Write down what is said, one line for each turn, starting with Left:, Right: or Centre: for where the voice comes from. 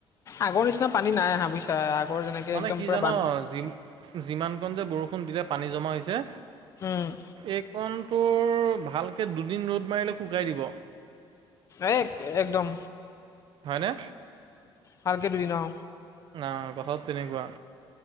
Left: আগৰ নিচিনা পানী নাই আহা বুজিছা, আগৰ যেনেকে
Right: মানে
Left: একদম
Right: কি
Left: পুৰা
Right: জান
Left: বান
Right: যি যিমানকণ যে বৰষুণ দিলে পানী জমা হৈছে
Left: উমঁ।
Right: এইকণটোৰ ভালকৈ দুদিন ৰ'দ মাৰিলে শুকাই দিব।
Left: এই একদম।
Right: হয়নে?
Left: ভালকে দুদিন, অ'!
Right: অ'! কথাটো তেনেকুৱা।